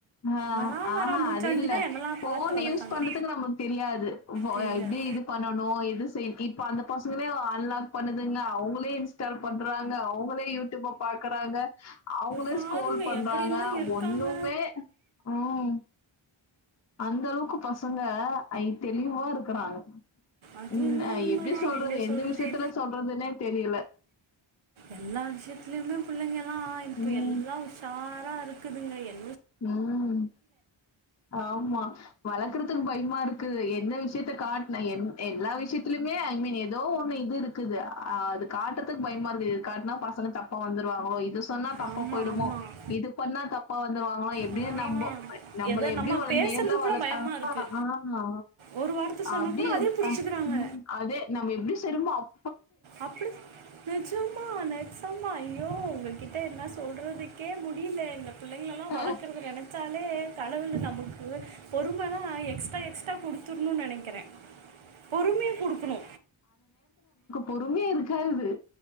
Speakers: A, on the left; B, on the right.
A: ஆஹ்
B: வராம்
A: ஆஹா
B: வராம் பூச்சாண்டி
A: அது இல்ல
B: தான் என்னெல்லாம்
A: ஃபோன்
B: பார்த்து வளர்த்தாங்க
A: யூஸ் பண்றுதுக்கு நம்ளுக் தெரியாது ஃபோ
B: தெரியாது
A: எப்டீ இது பண்ணணூ எது செய் இப் அந்த பசங்களேவா அன்லாக் பண்ணுதுங்க அவுங்க லே இன்ஸ்டால் பண்றாங்க அவுங்களே யூ ட்யூப பாக்குறாங்க அவுங்களே
B: பாருங்க
A: ஸ்கோல் பண்றாங்க
B: எப்படிலாம் இருக்காங்க
A: ஒண்ணுமே உம் அந்த அளவுக்கு பசங்க ஐ தெளிவா இருக்குறாங்க
B: அது
A: ம்
B: என்னமோ உண்மதா
A: எப்டி சொல்றது
B: நீங்கெ
A: எந்த
B: சொல்றது
A: விஷயத்துல சொல்றதுன்னே தெரியல.
B: எல்லா விஷயத்திலுயும புள்ளெங்கெல்லா இப்ப
A: ம்,
B: எல்லா உஷாரா இரு க்குதுங்க எல்
A: ம் ஆமா வளக்குறதுக் பயிம்மாருக்கு எந்த விஷியத்த காட்ன என் எல்லா விஷியித்திலுமே ஐ மீன் எதோ ஒண்ணு இது இருக்குது அது காட்றதுக்கு பயிம்மார்க்கு இது காட்னா பசங்க தப்பா வந்துருவாங்ளோ இதுஸ் சொன்னா தப்பா
B: ஆமாம்
A: பொயிடுமோ
B: ஆமாம்
A: இது பண்ணா தப்பாவத் துருவாங்கலா எப்டீ
B: ஆ
A: நம்போ நம்பள
B: எதை
A: எப்டீ
B: நம்ம
A: வளந்
B: பேசுறது
A: என்னா <unintelligible>
B: கூட பயமா இருக்கு
A: ஆமா
B: ஒரு வார்த்தை சொன்னா
A: அப்டீ
B: கூட அதே புடிச்சுக்கிறாங்க
A: ம் அதே நம்ம எப்டி செய்ரமோ அப்
B: அப்டி நெஜமா நெஜமா ஐயோ உங்ககிட் ட என்னா சொல்றதுக்கே முடீ லேன்னா புள்ளைங்லலா
A: அ
B: வளக்கறது எனக் ச்சாலே கடவுலு நமுக்கூ பொறும தா எக்ஸ்ட்டா எக்ஸ்ட்டா குடுத்துர்ணு நெனக்கிறெபொறுமைய குடுக்குணு
A: பொறும்யா இருக்காது